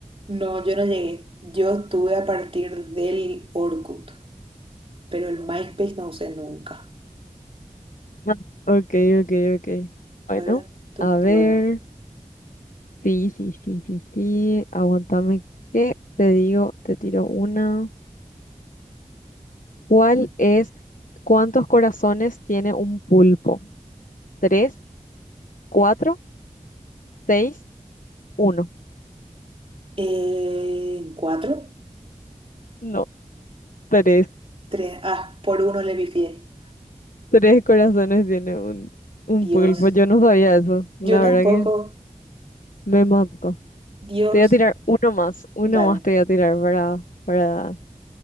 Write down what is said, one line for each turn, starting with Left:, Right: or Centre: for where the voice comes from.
Right: No, yo no llegué. Yo estuve a partir del Orkut, pero el MySpace no usé nunca.
Left: Ah, Ok, ok, ok. Bueno,
Right: Ahora tu
Left: a ver.
Right: turno.
Left: Sí, sí, sí, sí, sí. Aguantame que te digo, te tiro una. ¿Cuál es, cuántos corazones tiene un pulpo? ¿Tres, cuatro, seis, uno?
Right: Eh, ¿cuatro?
Left: No, tres.
Right: Tres. Ah, por uno le pifié.
Left: Tres corazones tiene un, un
Right: Dios.
Left: pulpo. Yo no sabía eso. La
Right: Yo tampoco.
Left: verdad que me mató.
Right: Dios.
Left: Te voy a tirar uno más. Uno
Right: Tal.
Left: más te voy a tirar para, para...